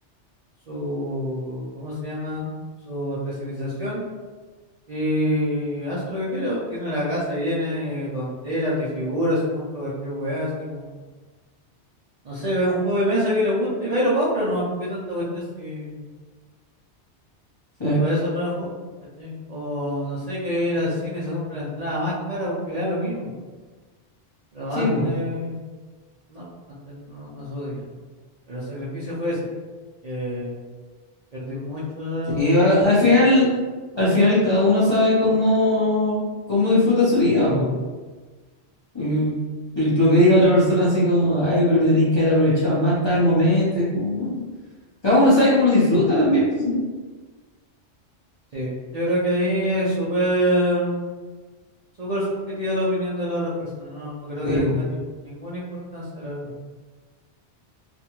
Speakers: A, on the right; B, on the left.
A: su, ¿cómo se llama? Su especialización y hace lo que quiere, po. tiene la casa llena de tonteras, de figuras, se compra cualquier weá, así como, no sé, ve un juego de mesa que le gusta y va y lo compra nomás, porque tanta cuestión si.
B: Sí,
A: Y para eso trabajó, ¿cachai? O no sé, que ir al cine y se compra la entrada más cara porque le da lo mismo. Pero
B: sí,
A: antes,
B: po.
A: no, antes no, no se podía. Pero el sacrificio fue ese, que perdí mucho
B: Sí, a- al
A: social.
B: final, al final cada uno sabe cómo, cómo disfruta su vida, po. Y- y lo que diga otra persona así como, ay, pero tenéis que haber aprovechado más tal momento, es como, cada uno sabe cómo lo disfruta también, pues.
A: Sí, yo creo que ahí es súper, súper subjetiva la opinión de la otra persona. No, no creo
B: Sí,
A: que tenga
B: po.
A: ni- ninguna importancia, la verdad.